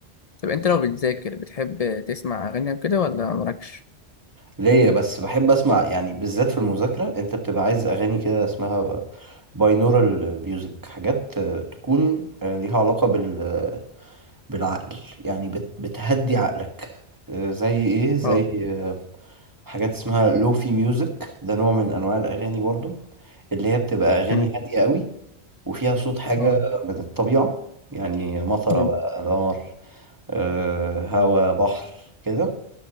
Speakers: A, on the left; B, on the right.
A: طب انت لو بتذاكر بتحب تسمع اغاني وكده ولا مالكش
B: ليه بس بحب أسمع يعني بالذات في المذاكرة أنت بتبقى عايز أغاني كده اسمها باينورال ميوزك حاجات آه، تكون آه، ليها علاقة بالسمع بالعقل يعني بت بتهدي عقلك آه، زي ايه زي
A: اه
B: آه، حاجات اسمها لوفي ميوزك ده نوع من انواع الاغاني برضو اللي هي بتبقى اغاني
A: مم.
B: هاديه قوي وفيها صوت حاجه
A: اه
B: من الطبيعه يعني مطره
A: مم.
B: بقى نار آه، هوا بحر كده